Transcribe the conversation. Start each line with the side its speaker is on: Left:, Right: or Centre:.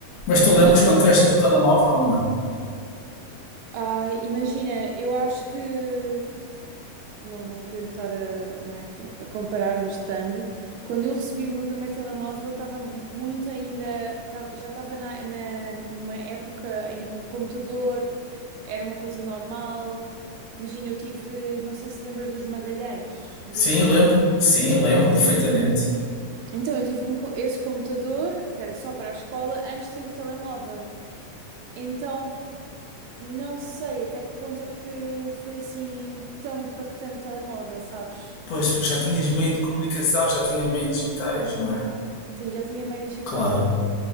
Left: Mas tu
Right: Mas
Left: lembras
Right: quando.
Left: quando tiveste o teu telemóvel ou não?
Right: Ah, imagina, eu acho que. Não, não querendo estar a, não é, com- a comparar, mas estando, quando eu recebi o meu primeiro telemóvel, estava mu- muito ainda, estava- já estava na, na, numa época em que o computador era uma coisa normal. Imagina, eu tive, não sei se lembras dos Magalhães, dos
Left: Sim,
Right: computadores.
Left: lembro. Sim, lembro
Right: Sim.
Left: perfeitamente.
Right: Então eu tive um co- esse computador, que era só para a escola, antes de ter o telemóvel. Então não sei até que ponto é que foi assim tão impactante o telemóvel, sabes?
Left: Pois, porque já tinhas meio de comunicação, já tinhas meio digitais, não é?
Right: Sim, já tinha meio digital.
Left: Claro.